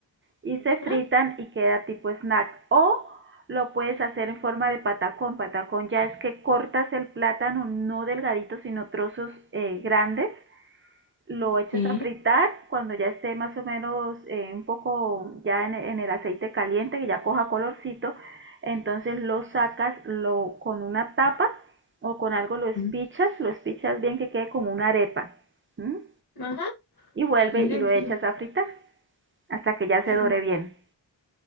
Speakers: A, on the right; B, on the left.
A: Y se fritan
B: Ah,
A: y queda tipo snack. O lo puedes hacer en forma de patacón. Patacón ya es que cortas el plátano no delgadito, sino trozos eh, grandes lo echas
B: sí.
A: a fritar cuando ya esté más o menos eh, un poco ya en, en el aceite caliente, que ya coja colorcito, entonces lo sacas lo, con una tapa o con algo lo espichas,
B: Mm.
A: lo espichas bien que quede como una arepa ¿m?
B: Ajá,
A: y vuelve
B: mira
A: y lo
B: que,
A: echas a fritar hasta que ya se
B: que
A: dore bien.